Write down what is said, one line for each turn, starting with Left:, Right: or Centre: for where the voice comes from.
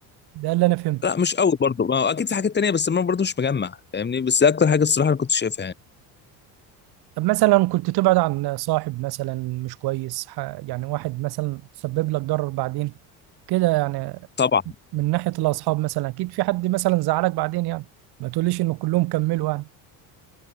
Right: ده اللي أنا فهمته
Left: لا مش قوي برضه ما هو اكيد في حاجات تانية بس انا برضه مش مجمع فاهمني بس ده اكتر حاجه الصراحه انا كنت شايفها يعني
Right: طب مثلا كنت تبعد عن صاحب مثلا مش كويس ح- يعني واحد مثلا سبب لك ضرر بعدين كده يعني
Left: طبعا
Right: من ناحية الأصحاب مثلا أكيد في حد مثلا زعلك بعدين يعني ما تقوليش إنه كلهم كملوا يعني